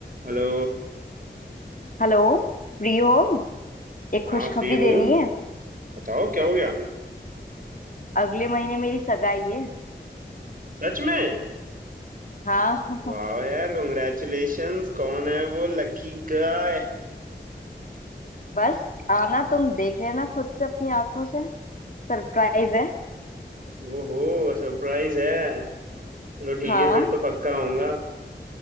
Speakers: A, on the right; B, on the left.
A: Hello
B: Hello Free हो एक खुशखबरी
A: हाँ free हूँ
B: देनी है
A: बताओ क्या हो गया
B: अगले महीने मेरी सगाई है
A: सच में
B: हाँ
A: वाह यार कॉन्ग्रेचुलेशंस कौन है वो लकी गाय
B: <laughs> बस आना तुम देख लेना खुद से अपनी आंखों से सरप्राइज है
A: वो हो सरप्राइज है चलो ठीक
B: हाँ
A: है फिर तो पक्का आऊंगा